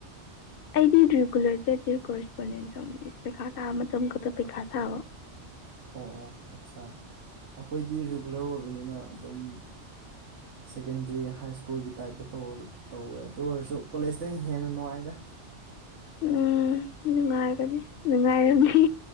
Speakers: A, on the left (about 60°); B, on the right (about 85°).
A: ꯑꯩꯗꯤ ꯔꯤꯒꯨꯂꯔ ꯆꯠꯇꯦ ꯀꯣꯔꯔꯦꯁꯄꯣꯟꯗꯦꯟ ꯇꯧꯅꯤ ꯄꯩꯈꯥ ꯊꯥꯕ ꯃꯇꯝ ꯈꯛꯇ ꯄꯩꯈꯥ ꯊꯥꯕ
B: ꯑꯣ ꯑꯣ ꯑꯠꯆꯥꯥ ꯑꯩꯈꯣꯏꯗꯤ ꯔꯤꯒꯨꯂꯔ ꯑꯣꯏꯕꯅꯤꯅ ꯑꯗꯨꯝ ꯁꯦꯀꯦꯟꯗꯔꯤ ꯍꯥꯏ ꯁ꯭ꯀꯨꯜꯒꯤ ꯇꯥꯏꯞꯇ ꯇꯧꯕꯔ ꯇꯧꯋꯦ ꯑꯗꯨ ꯑꯣꯏꯔꯁꯨ ꯀꯣꯂꯦꯖꯇꯩ ꯍꯦꯟꯅ ꯅꯨꯡꯉꯥꯏꯗ
A: ꯎꯝ ꯅꯨꯡꯉꯥꯏꯕꯅꯤ ꯅꯨꯡꯉꯥꯏꯔꯝꯅꯤ